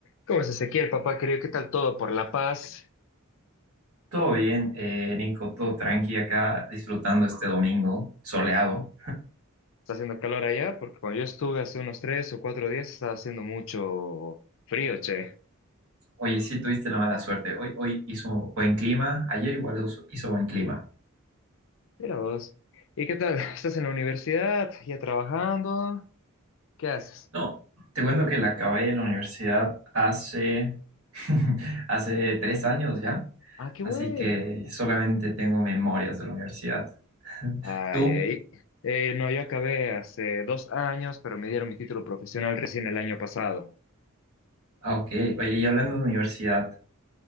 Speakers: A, on the left; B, on the right.
A: ¿Cómo es Ezequiel, papá querido? ¿Qué tal todo por La Paz?
B: Todo bien, eh, Nico, todo tranqui acá, disfrutando este domingo soleado.
A: ¿Está haciendo calor allá? Porque cuando yo estuve hace unos tres o cuatro días estaba haciendo mucho frío, che.
B: Oye, sí tuviste la mala suerte. Hoy, hoy hizo buen clima, ayer igual hizo, hizo buen clima.
A: Mira vos. ¿Y qué tal? ¿Estás en la universidad? ¿Ya trabajando? ¿Qué haces?
B: No, te cuento que la acabé la universidad hace, <laughs> hace tres años ya,
A: Ah, qué
B: así
A: bueno.
B: que solamente tengo memorias de la universidad. <laughs>
A: Ay,
B: Tú,
A: ay. Eh, no, yo acabé hace dos años, pero me dieron mi título profesional recién el año pasado.
B: ah, ok. Oye, y hablando de universidad,